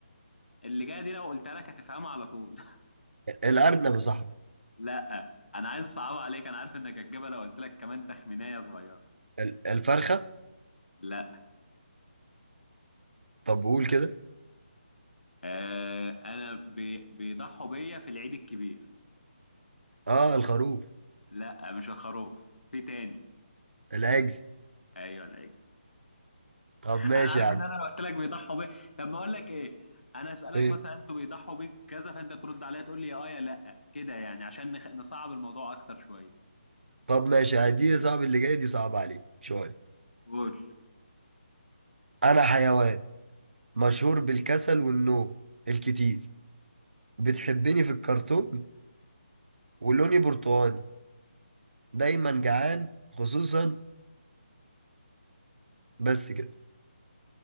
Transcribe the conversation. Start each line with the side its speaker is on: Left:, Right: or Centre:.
Left: اللي جايه دي لو قلتها لك هتفهمها على طول
Right: الأرنب يا صاحبي
Left: لا انا عايز اصعبها عليك انا عارف انك هتجيبها لو قلت لك كمان تخمينية صغيرة
Right: ال- الفرخة
Left: لا
Right: طب قول كده
Left: آه انا بي... بيضحوا بيا في العيد الكبير
Right: اه الخروف
Left: لا مش الخروف في تاني
Right: العجل
Left: ايوه العيد
Right: طب ماشي
Left: انا عارف
Right: يا عم
Left: ان انا لو قلت لك بيضحوا بيا طب ما اقول لك ايه انا اسالك
Right: ايه
Left: مثلا انتوا بيضحوا بيك كذا فانت ترد عليا تقول لي يا اه يا لا كده يعني عشان نخ... نصعب الموضوع اكتر شوية
Right: طب ماشي هدي يا صاحبي اللي جاي دي صعبة عليك شوية
Left: قول
Right: أنا حيوان مشهور بالكسل والنوم الكتير بتحبني في الكرتون ولوني برتقاني دايما جعان خصوصا بس كده